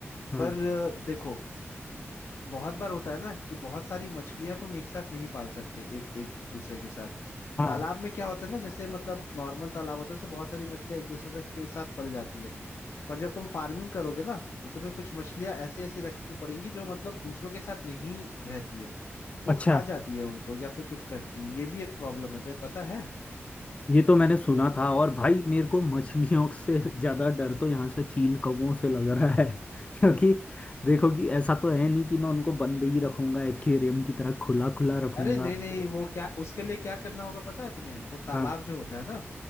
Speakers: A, on the left; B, on the left.
A: हाँ
B: पर अ, देखो बहुत बार होता है ना कि बहुत सारी मछलियां तुम एक साथ नहीं पाल सकते एक एक दूसरे के साथ
A: हाँ
B: तालाब में क्या होता है ना जैसे मतलब नॉर्मल तालाब होता है उसमें बहुत सारी मछलियां एक दूसरे से के साथ पल जाती है पर जब तुम फार्मिंग करोगे ना तो तुम्हें कुछ मछलियां ऐसी ऐसी रखनी पड़ेंगी जो मतलब दूसरों के साथ नहीं रहती है वो
A: अच्छा
B: खा जाती है उनको या फिर कुछ करती है ये भी एक प्रॉब्लम है तुम्हें पता है
A: ये तो मैंने सुना था और भाई मेरे को मछलियों से <laughs> ज्यादा डर तो यहाँ से चील कौवों से लग रहा है <laughs> क्योंकि देखो कि ऐसा तो है नहीं कि मैं उनको बंद ही रखूंगा एक्वेरियम की तरह खुला खुला रखूंगा
B: अरे नहीं नहीं वो क्या उसके लिए क्या करना होगा पता है तुम्हें वो तालाब
A: हाँ
B: जो होता है ना